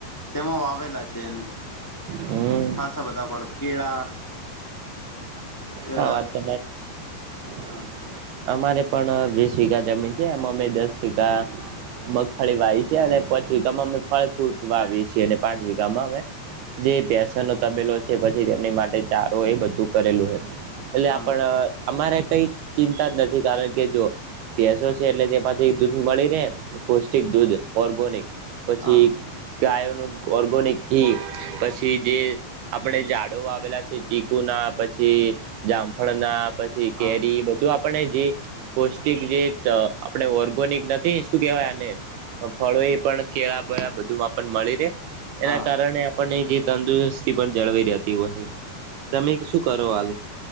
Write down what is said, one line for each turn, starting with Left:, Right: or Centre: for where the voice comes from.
Left: તેમાં વાવેલા છે એને
Right: હમ્મ.
Left: ખાસા બધા પણ કેળા અ
Right: હા વાત તો <unintelligible>
Left: હા
Right: અમારે પણ વીસ વીઘા જમીન છે એમાં અમે દસ વીઘા મગફળી વાવી છીએ અને પાંચ વીઘામાં અમે ફળ ફ્રૂટ વાવીએ છીએ અને પાંચ વીઘામાં અમે જે ભેંસોનો તબેલો છે પછી તેમની માટે ચારો એ બધું કરેલું છે. એટલે
Left: હા
Right: આપણ અમારે કઈ ચિંતા જ નથી કારણ કે જો ભેંસો છે એટલે તેમાંથી દૂધ મળી રહેને પૌષ્ટિક દૂધ ઓર્ગેનિક પછી
Left: હા
Right: ગાયો નું ઓર્ગોનીક ઘી પછી જે આપણે ઝાડો આવેલા છે ચીકુ ના પછી જામફળ ના પછી
Left: હા
Right: કેરી બધું આપણે જે પૌષ્ટિક જે આપણે ઓર્ગેનિક નથી તે શું કહેવાય આને ફળો એ પણ કેળા બ બધુંમાં પણ મળી રે.
Left: હા
Right: એના કારણે આપણને જે તંદુરસ્તી પણ જળવાઈ રહેતી હોય તમે શું કરો હાલ